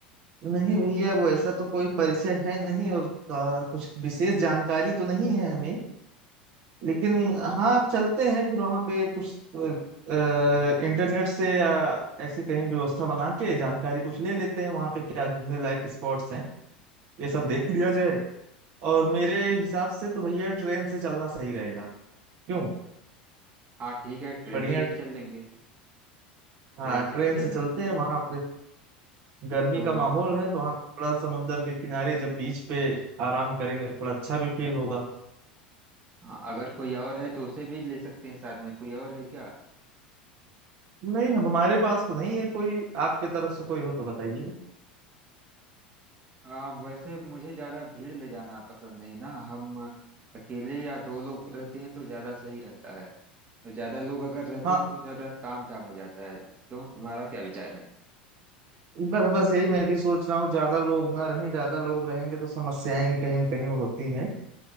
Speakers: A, on the right; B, on the right.
A: नहीं भैया वो ऐसा तो कोई परिचय है नहीं और आ, कुछ विशेष जानकारी तो नहीं है हमें लेकिन हाँ आप चलते हैं फिर वहां पे कुछ अ, इंटरनेट से या ऐसी कहीं व्यवस्था बना के जानकारी कुछ ले लेते हैं वहां पे क्या घूमने लायक स्पॉट्स हैं ये सब देख लिया जाए और मेरे हिसाब से तो भैया ट्रेन से चलना सही रहेगा क्यों
B: हाँ ठीक है ट्रेन
A: बढ़िया
B: से ही चल लेंगे ट्रेन
A: हाँ
B: से
A: ट्रेन
B: ही चल
A: से चलते
B: लेंगे
A: हैं वहां पे गर्मी
B: तो
A: का माहौल है तो वहां पे थोड़ा समुंदर के किनारे जब बीच पे आराम करेंगे तो थोड़ा अच्छा भी फील होगा
B: हाँ, अगर कोई और है तो उसे भी ले सकते हैं साथ में कोई और है क्या
A: नहीं हमारे पास तो नहीं है कोई आपके तरफ से कोई हो तो बताइए
B: हाँ वैसे मुझे ज्यादा भीड़ ले जाना पसंद नहीं ना हम अकेले या दो लोग रहते हैं तो ज्यादा सही रहता है और ज्यादा लोग अगर रहते
A: हाँ
B: हैं तो ज्यादा तामझाम हो जाता है क्यों तुम्हारा क्या विचार है
A: बस बस यही मैं भी सोच रहा हूँ ज्यादा लोग ना रहें ज्यादा लोग रहेंगे तो समस्याएं कहीं न कहीं होती हैं